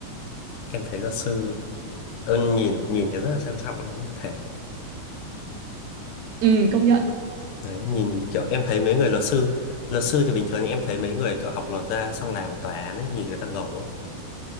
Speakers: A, on the left; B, on the right.
A: em thấy luật sư ơn nhìn nhìn cái rất là sang trọng luôn nhá thề
B: Ừm, công nhận.
A: đấy nhìn kiểu em thấy mấy người luật sư luật sư thì bình thường em thấy mấy người kiểu học luật ra xong làm ở tòa án ấy nhìn người ta ngầu lắm